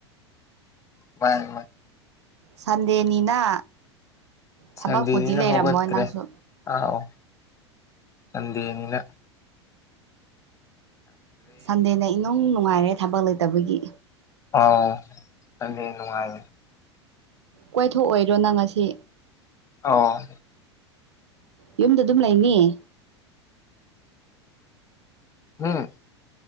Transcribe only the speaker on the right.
ꯁꯟꯗꯦꯅꯤꯅ ꯊꯕꯛꯄꯨꯗꯤ
ꯂꯩꯔꯝꯃꯣꯏ
ꯅꯪꯁꯨ
ꯁꯟꯗꯦꯗ ꯏꯅꯨꯡ ꯅꯨꯡꯉꯥꯏꯔꯦ ꯊꯕꯛ ꯂꯩꯇꯕꯒꯤ
ꯀꯏꯊꯣꯛꯑꯣꯏꯔꯣ ꯅꯪ ꯑꯁꯤ
ꯌꯨꯝꯗ ꯑꯗꯨꯝ ꯂꯩꯅꯤꯌꯦ